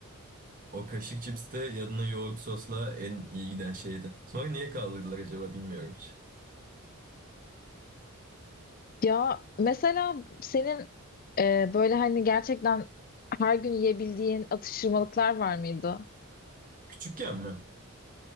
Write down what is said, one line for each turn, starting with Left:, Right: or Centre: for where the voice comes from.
Right: O kaşık cips de yanına yoğurt sosla en iyi giden şeydi. Sonra niye kaldırdılar acaba bilmiyorum hiç.
Left: Ya mesela senin e, böyle hani gerçekten her gün yiyebildiğin atıştırmalıklar var mıydı?
Right: Küçükken mi?